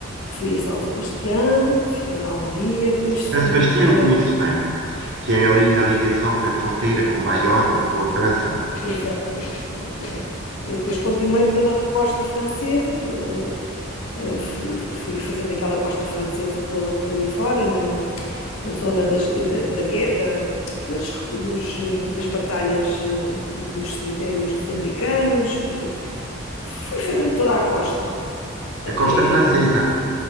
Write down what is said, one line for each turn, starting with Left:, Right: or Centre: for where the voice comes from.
Left: fui a São Sebastião, fiquei lá um dia, depois
Right: São
Left: segui
Right: Sebastião
Left: para.
Right: eu conheço bem, que é ali na ligação, na fronteira com Bayonne, com a França,
Left: Exatamente, exatamente. Eu depois continuei pela costa francesa, pela- eh, eh, fui, fui fazendo aquela costa francesa toda por ali fora, na, a zona das, da, da, da, dos, dos, das batalhas eh, e dos cemitérios dos americanos, fui, fui fazendo toda a costa, até
Right: a costa francesa.